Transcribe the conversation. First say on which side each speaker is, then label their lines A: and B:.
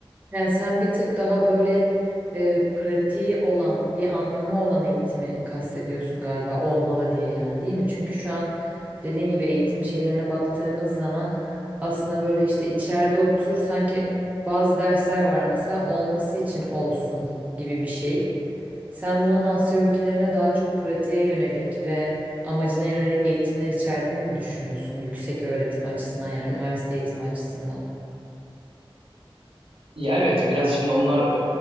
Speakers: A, on the right (about 15°); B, on the right (about 70°).
A: Yani sen bir tık daha böyle e, pratiği olan, bir anlamı olan eğitimi kastediyorsun galiba olmalı diye yani değil mi? Çünkü şu an dediğin gibi eğitim şeylerine baktığımız zaman aslında böyle işte içeride otur sanki bazı dersler var mesela olması için olsun gibi bir şey. Sen bunun Asya ülkelerine daha çok pratiğe yönelik ve amacına yönelik eğitimler içerdiğini düşünüyorsun yüksek öğretim açısından yani üniversite eğitimi açısından.
B: Ya evet, biraz şimdi onlar